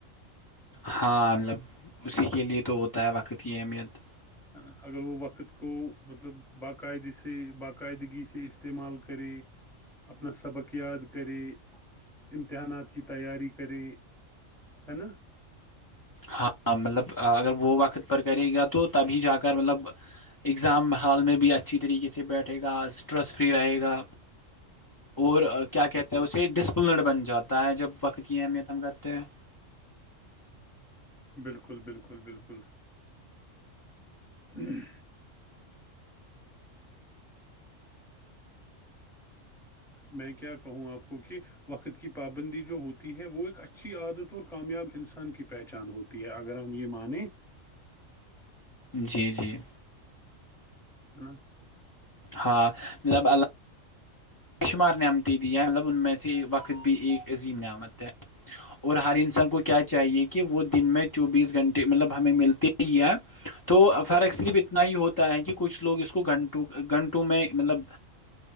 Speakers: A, on the left (about 25°); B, in the centre.
A: ہاں مطلب اسی کے لیے تو ہوتا ہے وقت کی اہمیت
B: ہے نا اگر وہ وقت کو مطلب باقاعد سے باقاعدگی سے استعمال کرے اپنا سبق یاد کریں امتحانات کی تیاری کریں ہے نا
A: ہاں مطلب اگر وہ وقت پر کرے گا تو تبھی جا کر مطلب اگزام حال میں بھی اچھی طریقے سے بیٹھے گا اسٹریس فری رہے گا
B: <inaudible>
A: اور کیا کہتے ہیں اسے ڈسپلنڈ بن جاتا ہے جب وقت کی اہمیت ہم کرتے ہیں
B: بالکل بالکل بالکل ہوں <inaudible> میں کیا کہوں آپ کو کہ وقت کی پابندی جو ہوتی ہے وہ ایک اچھی عادت اور کامیاب انسان کی پہچان ہوتی تو یہ اگر ہم یہ مانیں
A: جی جی
B: ہاں <inaudible>
A: ہاں مطلب اللہ <unintelligible> بے شمار نعمتیں دیا ہیں مطلب ان میں سے وقت بھی ایک عظیم نعمت ہے اور ہر انسان کو کیا چاہیے کہ وہ دن میں چوبیس گھنٹے مطلب ہمیں ملتے ہی تو فرق صرف اتنا ہی ہوتا ہے کہ کچھ لوگ اس کو گھنٹوں گھنٹوں میں مطلب